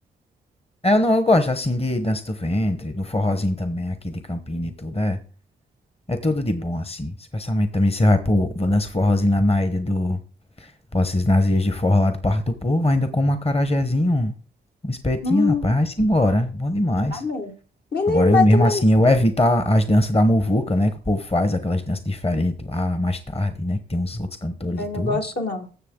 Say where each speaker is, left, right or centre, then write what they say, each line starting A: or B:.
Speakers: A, on the left; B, on the left.
A: É, eu não, eu gosto assim de dança do ventre, do forrozinho também aqui de Campina e tudo. É, é tudo de bom assim. Especialmente também você vai pro vai dança o forrozinho lá na ilha do, vocês nas ilhas de forró lá do Parque do Povo, ainda com um acarajézinho, um espetinho,
B: Hum,
A: rapaz, vai-se embora. Bom demais.
B: amei. Menino,
A: Agora eu
B: mas
A: mesmo
B: também,
A: assim, eu evito a- as danças da muvuca, né? Que o povo faz aquelas danças diferentes lá mais tarde, né? Que tem uns outros cantores
B: também
A: e tudo.
B: não gosto, não.